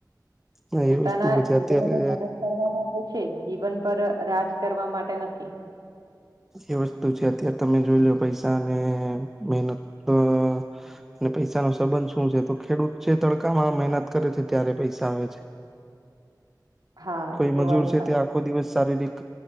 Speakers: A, in the centre; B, on the right (about 70°).
A: છે એ
B: પોતાના
A: વસ્તુ પછી અત્યારે
B: જીવનને મદદ કરવા ગ છે જીવન પર રાજ કરવા માટે નથી
A: એ વસ્તુ છે. અત્યારે તમે જોઈ લો પૈસા અને મહેનત તો અને પૈસા નો સંબંધ શું છે તો ખેડૂત જે તડકામાં મહેનત કરે છે, ત્યારે પૈસા આવે છે.
B: હા,
A: કોઈ
B: એ તો
A: મજૂર
B: વાત
A: છે,
B: સાચી.
A: ત્યાં આો દિવસ શારીરિક